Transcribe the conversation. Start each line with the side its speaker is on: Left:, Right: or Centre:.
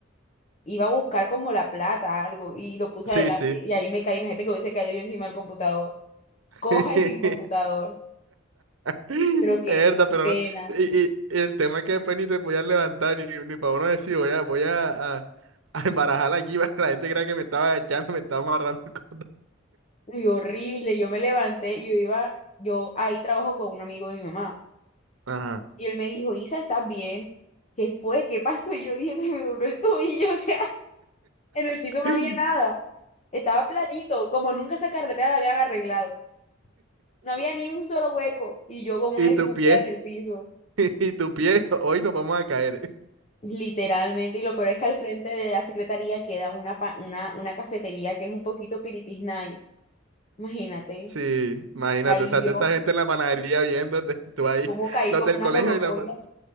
Left: Iba a buscar como la plata, algo, y lo puse
Right: Sí,
Left: adelante
Right: sí.
Left: y ahí me caí. Imagínate que hubiese caído yo encima del computador.
Right: <laughs>
Left: Coja y sin computador.
Right: Es
Left: Pero qué
Right: verdad, pero
Left: pena.
Right: no. Y, y- y el tema es que después ni te voy a levantar, ni, ni para uno decir, voy a, voy a, a, a embarajarla aquí, <laughs> para que la gente crea que me estaba echando, me estaba amarrando. <laughs>
Left: Y horrible. Yo me levanté y yo iba, yo ahí trabajo con un amigo de mi mamá.
Right: Ajá.
Left: Y él me dijo, Isa, ¿estás bien? ¿Qué fue? ¿Qué pasó? Y yo dije, se me duró el tobillo, <laughs> o sea. En el piso no
Right: <laughs>
Left: había nada. Estaba planito, como nunca esa carretera la habían arreglado. No había ni un solo hueco y yo como
Right: Y
Left: una estúpida
Right: tu pie,
Left: en el piso,
Right: <laughs> y tu pie, hoy nos vamos a caer.
Left: literalmente. Y lo peor es que al frente de la secretaría queda una, pa- una, una cafetería que es un poquito piripis nice. Imagínate,
Right: Sí, imagínate,
Left: caí
Right: o sea,
Left: yo,
Right: toda esa gente en la panadería viéndote, <laughs> tú ahí,
Left: como caí
Right: los
Left: como
Right: del
Left: una
Right: colegio
Left: morrocoya.
Right: y la, pa-